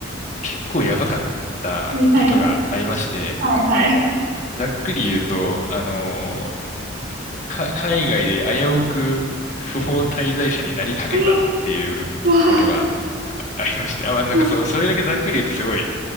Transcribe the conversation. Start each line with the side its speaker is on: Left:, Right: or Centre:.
Left: 結構やばかったことがありまして、
Right: はいはいはいはい。
Left: ざっくり言うと、あのか、海外で危うく不法滞在者になりかけたっていうことがあありまして。
Right: えー、わ
Left: あ、まあ、なんかその、
Right: あ、
Left: それだけざっくり言うとすごい、